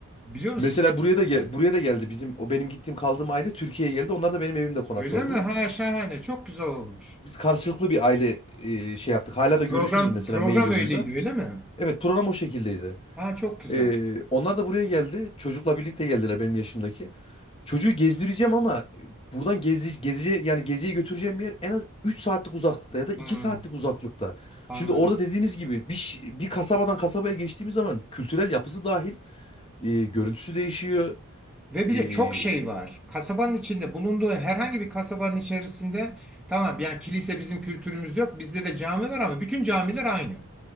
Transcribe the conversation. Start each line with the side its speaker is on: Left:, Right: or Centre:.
Centre: Biliyor musun
Left: mesela
Centre: şeyde?
Left: buraya da gel-
Centre: Ha,
Left: buraya da geldi bizim o benim gittiğim kaldığım aile Türkiye'ye geldi. Onlar da benim evimde konakladılar.
Centre: Öyle mi? Ha şahane. Çok güzel olmuş.
Left: Biz karşılıklı bir aile e, şey yaptık. Hala
Centre: Bu
Left: da
Centre: program
Left: görüşürüz mesela
Centre: program
Left: mail yoluyla.
Centre: öyleydi öyle mi?
Left: Evet program o şekildeydi.
Centre: Ha çok güzel.
Left: Ee, onlar da buraya geldi. Çocukla birlikte geldiler benim yaşımdaki. Çocuğu gezdireceğim ama buradan gezi, geziye yani geziye götüreceğim yer en az 3 saatlik uzaklıkta ya da iki
Centre: Hmm,
Left: saatlik uzaklıkta.
Centre: anladım.
Left: Şimdi orada dediğiniz gibi bir, ş- bir kasabadan kasabaya geçtiğimiz zaman kültürel yapısı dahil e, görüntüsü değişiyor.
Centre: Ve bir
Left: E,
Centre: de çok şey var. Kasabanın içinde bulunduğu herhangi bir kasabanın içerisinde tamam yani kilise bizim kültürümüz yok. Bizde de cami var ama bütün camiler aynı.